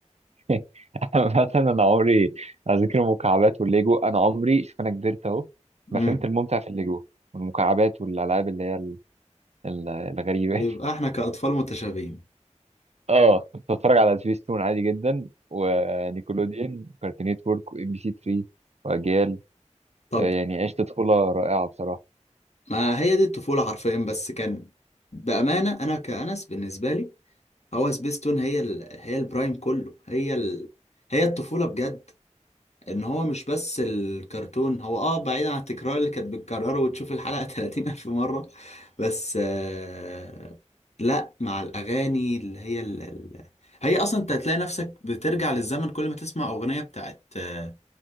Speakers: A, on the right; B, on the left.
A: <laughs> انا مثلا انا عمري اذكر المكعبات والليجو انا عمري شوف انا كبرت اهو ما
B: امم
A: فهمت الممتع في الليجو والمكعبات والالعاب اللي هي ال- ال- الغريبه
B: يبقى احنا كاطفال متشابهين
A: <laughs> اه كنت بتفرج على سبيستون عادي جدا ونيكولوديان وكارتون نتورك وام بي سي 3 واجيال
B: طب
A: آه، يعني عشت طفوله رائعه بصراحه
B: ما هي دي الطفولة حرفيا بس كان بأمانة أنا كأنس بالنسبة لي هو سبيستون هي ال... هي البرايم كله هي ال... هي الطفولة بجد إن هو مش بس الكرتون هو آه بعيدا عن التكرار اللي كانت بتكرره وتشوف الحلقة <laughs> 30 ألف مرة بس آه... لأ مع الأغاني اللي هي ال... ال... هي أصلا أنت هتلاقي نفسك بترجع للزمن كل ما تسمع أغنية بتاعت آه،